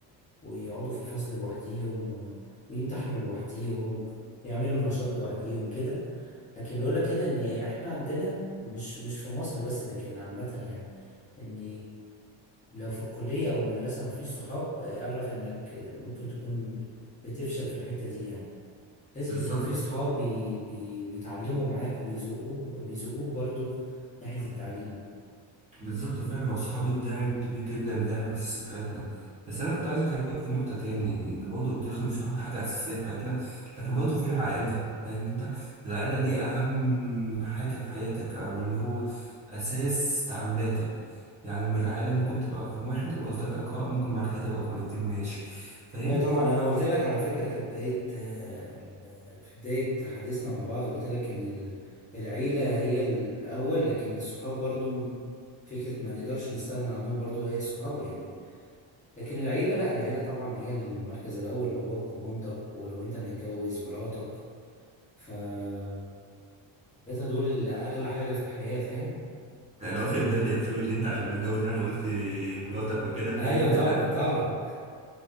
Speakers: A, on the left (about 15°); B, on the right (about 15°).
A: ويقعدوا في الفصل لوحديهم و- ويمتحنوا لوحديهم يعملوا النشاط لوحديهم كده لكن بيقول لك كده ان احنا عندنا مش مش في مصر بس لكن عامة يعني ان لو في الكلية او المدرسة مفيش صحاب آه، اعرف انك آه، ممكن تكون بتفشل في الحتة دي يعني لازم
B: بالظبط
A: يكون في صحاب بي بي بيتعلموا معاك وبيزقوك بيزقوك برضو ناحية التعليم
B: بالظبط فعلا هو الصحابي الداعم كبير جدا داعم اساسي في حياتنا بس انا كنت عايز اكلمك في نقطه تاني ان برضه قلت لك ان الصحاب حاجه اساسيه في حياتنا لكن برضه في العائله فاهم انت العائله دي اهم حاجه في حياتك او اللي هو اساس تعاملاتك يعني من العائله ممكن تبقى رقم واحد والاصدقاء ممكن بعد كده تبقى رقم اتنين ماشي فاهم
A: ايوه طبعا انا قلت لك على فكره في بدايه آه، ال- في بدايه حديثنا مع بعض قلت لك ان ال- العيله هي الاول لكن الصحاب برضو م- فكره ما نقدرش نستغنى عنهم برضو هي الصحاب يعني لكن العيله لا العيله طبعا هي المركز الاول باباك ومامتك ولو انت متجوز مراتك فالثلاثه دول اغلى حاجه في الحياه فاهم
B: انا واخد بالي يا بشوي اللي انت عشان متجوز يعني وقلت مراتك وكده فاهم
A: ايوه
B: انت
A: طبعا
B: <laughs>
A: طبعا